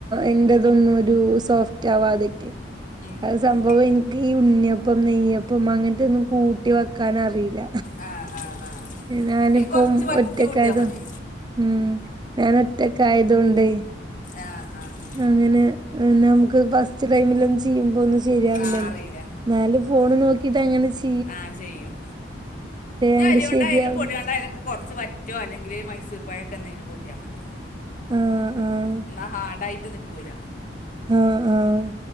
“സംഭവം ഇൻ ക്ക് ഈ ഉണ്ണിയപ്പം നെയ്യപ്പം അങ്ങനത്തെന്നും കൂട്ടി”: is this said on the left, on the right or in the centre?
Right